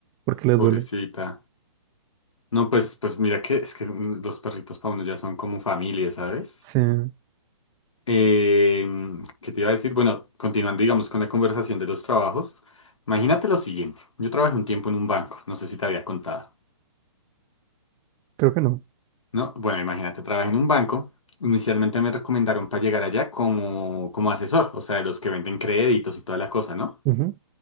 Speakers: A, on the right; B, on the left.
A: porque le
B: pobrecita.
A: duele.
B: No, pues,
A: Sí.
B: pues mira que es que mm, los perritos para uno ya son como familia, ¿sabes?
A: Sí,
B: Eh, ¿qué te iba a decir? Bueno, continuando, digamos, con la conversación de los trabajos. Imagínate lo siguiente. Yo trabajé un tiempo en un banco, no sé si te había contado,
A: creo que no.
B: ¿no? Bueno, imagínate, trabajé en un banco. Inicialmente me recomendaron para llegar allá como, como asesor, o sea, de los que venden créditos y toda la cosa, ¿no?
A: Ujú.